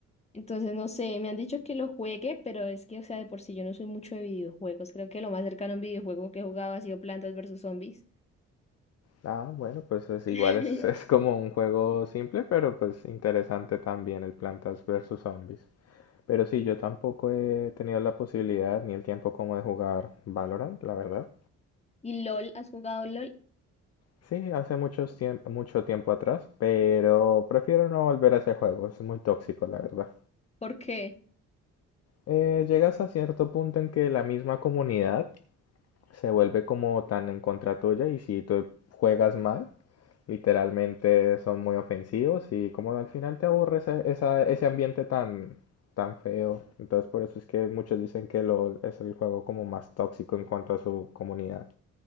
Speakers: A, on the left; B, on the left.
A: Entonces, no sé, me han dicho que lo juegue, pero es que, o sea, de por sí yo no soy mucho de videojuegos. Creo que lo más cercano a un videojuego que he jugado ha sido Plantas versus Zombies.
B: Ah, bueno, pues es igual,
A: <laughs>
B: es, <laughs> es como un juego simple, pero pues interesante también el Plantas versus Zombies. Pero sí, yo tampoco he tenido la posibilidad ni el tiempo como de jugar Valorant, la verdad.
A: ¿Y LOL? ¿Has jugado LOL?
B: Sí, hace muchos tiemp- mucho tiempo atrás, pero prefiero no volver a ese juego, es muy tóxico, la verdad.
A: ¿Por qué?
B: Eh, llegas a cierto punto en que la misma comunidad se vuelve como tan en contra tuya y si tú juegas mal, literalmente son muy ofensivos y como al final te aburre ese, esa- ese ambiente tan, tan feo. Entonces por eso es que muchos dicen que LOL es el juego como más tóxico en cuanto a su comunidad.